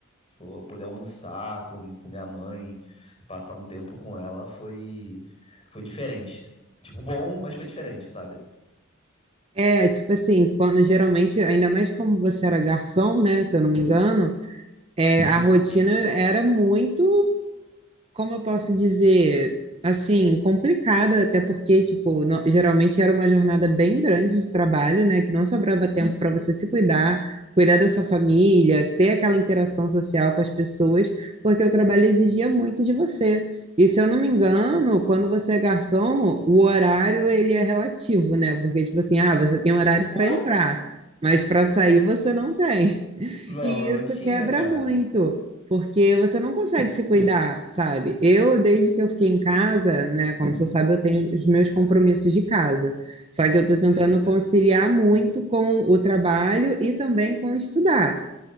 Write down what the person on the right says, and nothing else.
É, tipo assim, quando geralmente, ainda mais como você era garçom, né, se eu não me engano, É,
a rotina
era muito, como eu posso dizer, assim, complicada, até porque, tipo, não- geralmente era uma jornada bem grande de trabalho, né? Que não sobrava tempo para você se cuidar, cuidar da sua família, ter aquela interação social com as pessoas, porque o trabalho exigia muito de você. E se eu não me engano, quando você é garçom, o horário ele é relativo, né? Porque, tipo assim, ah, você tem horário
para entrar, mas para sair você não tem.
E
isso
quebra
muito, porque você não consegue se cuidar, sabe? Eu, desde que eu fiquei em casa, né, como você sabe, eu tenho os meus compromissos de casa. Só que eu tô
tentando
conciliar muito com o trabalho e também com estudar.